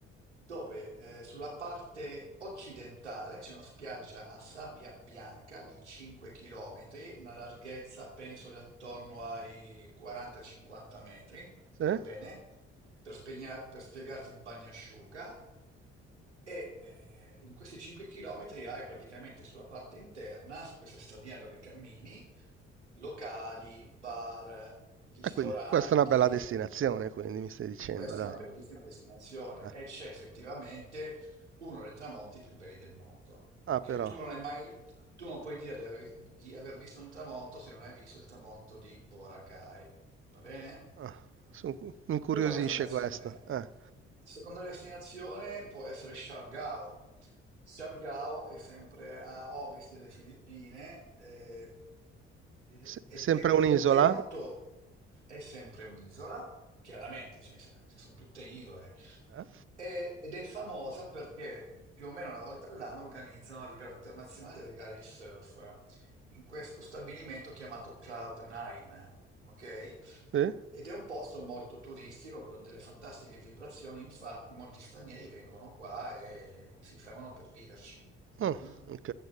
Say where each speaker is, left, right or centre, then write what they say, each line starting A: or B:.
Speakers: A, on the right (about 85°); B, on the right (about 35°).
A: dove eh, sulla parte occidentale c'è una spiaggia a sabbia bianca di 5 km, una larghezza penso di attorno ai 40-50 metri,
B: sì.
A: va bene? Per, spegna- per spiegarti il bagnasciuga. E eh, in questi 5 km hai praticamente sulla parte interna, su questa stradina dove cammini, locali, bar, ristoranti,
B: E quindi questa è una bella destinazione, quindi mi stai dicendo,
A: e questa
B: dai.
A: è una bellissima destinazione
B: Eh.
A: e c'è effettivamente uno dei tramonti più belli del mondo.
B: Ah,
A: Ok,
B: però,
A: tu non hai mai, tu non puoi dire di aver, di aver visto un tramonto se non hai visto il tramonto di Boracay. Va bene?
B: ah, son cu- mi incuriosisce
A: Prima destinazione.
B: questa. Eh.
A: Seconda destinazione può essere Siargao. Siargao è sempre a ovest delle Filippine, eh, e-
B: Se-
A: e-
B: sempre
A: e-
B: un'isola?
A: è molto, è sempre un'isola, chiaramente, ce ne sa- sono tutte isole,
B: Eh?
A: e- ed è famosa perché più o meno una volta all'anno organizzano a livello internazionale delle gare di surf in questo stabilimento chiamato Cloud9, ok?
B: Sì?
A: Ed è un posto molto turistico con delle fantastiche vibrazioni, infatti molti stranieri vengono qua e si fermano per viverci.
B: Mm,
A: mm?
B: ok,